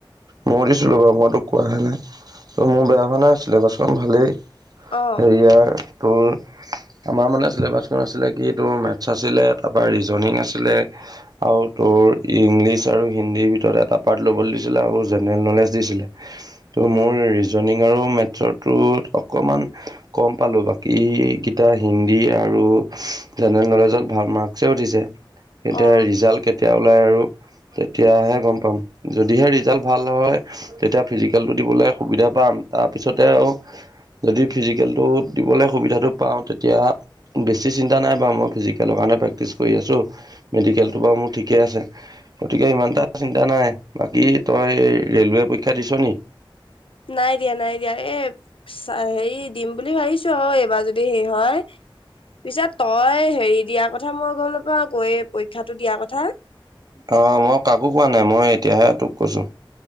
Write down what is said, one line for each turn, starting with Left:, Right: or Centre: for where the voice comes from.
Right: ময়ো দিছিলো বাৰু মই তোক কোৱাহে নাই। ত' মোৰ বেয়া হোৱা নাই আছিলে গছখন ভালেই
Left: অ
Right: হেৰিয়াৰ তোৰ। আমাৰ মানে চিলেবাচখন আছিলে কি তোৰ মেথছ আছিলে তাৰপৰা ৰিজনিং আছিলে আৰু তোৰ। ইংলিছ আৰু হিন্দীৰ ভিতৰত এটা পাৰ্ট ল'বলৈ দিছিলে আৰু জেনেৰেল নলেজ দিছিলে। ত' মোৰ
Left: অ
Right: ৰিজনিং আৰু মেথছৰটোত অকণমান। গম পালো বাকী কেইটা হিন্দী আৰু জেনেৰেল নলেজত ভাল মাৰ্কছে। উঠিছে এতিয়া
Left: অ
Right: ৰিজাল্ট কেতিয়া ওলাই আৰু তেতিয়াহে গম পাম। যদিহে ৰিজাল্ট ভাল হয়, তেতিয়া ফিজিকেলটো দিবলে সুবিধা পাম তাৰপিছতে আৰু যদি ফিজিকেলেটো দিবলৈ সুবিধাটো পাওঁ তেতিয়া বেছি চিন্তা নাই বাৰু মই ফিজিকেলৰ কাৰণে প্ৰেক্টিচ। কৰি আছোঁ মেডিকেলটো
Left: অ
Right: বাৰু মোৰ ঠিকেই আছে। গতিকে ইমান এটা চিন্তা নাই বাকী তই ৰেলৱে পৰীক্ষা দিছ নি।
Left: নাই দিয়া নাই দিয়া এই হেৰি দিম বুলি ভাবিছো আৰু এইবাৰ যদি হেৰি হয়। পিছা তই হেৰি দিয়াৰ কথা মই গম নাপাও কৈ পৰীক্ষাটো দিয়াৰ কথা।
Right: অ মই কাকো কোৱা নাই মই এতিয়াহে তোক কৈছো